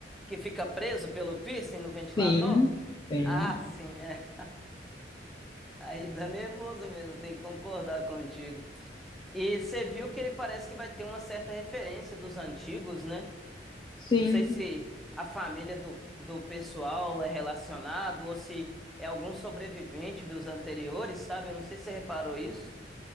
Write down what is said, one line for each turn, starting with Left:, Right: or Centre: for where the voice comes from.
Centre: que fica preso pelo piercing no ventilador?
Left: Sim, sim,
Centre: Ah, sim, é. Aí dá nervoso mesmo, tem que concordar contigo. E você viu que ele parece que vai ter uma certa referência dos antigos, né?
Left: sim.
Centre: Não sei se a família do, do pessoal é relacionado ou se é algum sobrevivente dos anteriores, sabe? Eu não sei se você reparou isso.